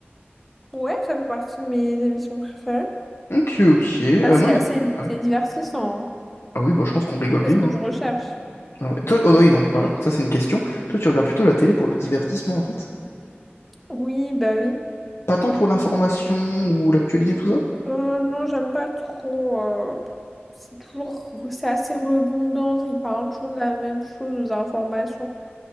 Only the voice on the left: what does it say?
Ok, ok. euh,
moi, il
ouais.
Ah oui, bah je pense qu'on rigole
bien.
hein.
Ah ouais. Toi, oh oui, donc, alors, ça c'est une question. Toi, tu regardes plutôt la télé pour le divertissement en fait?
Pas tant pour l'information ou l'actualité, tout ça?